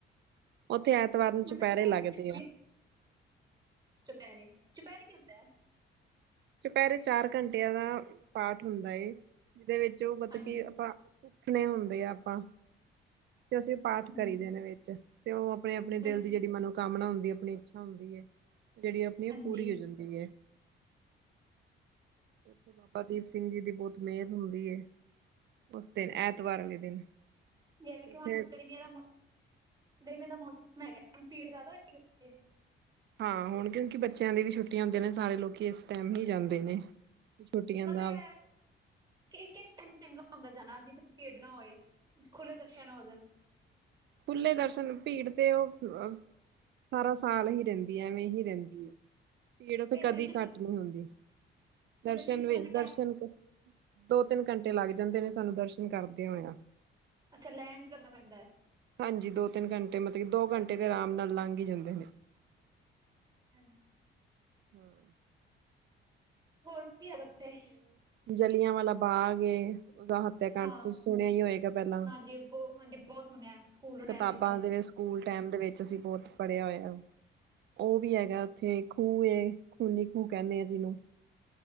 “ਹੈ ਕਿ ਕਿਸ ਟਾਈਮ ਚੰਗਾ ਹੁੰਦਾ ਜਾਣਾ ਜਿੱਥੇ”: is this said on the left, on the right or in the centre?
Right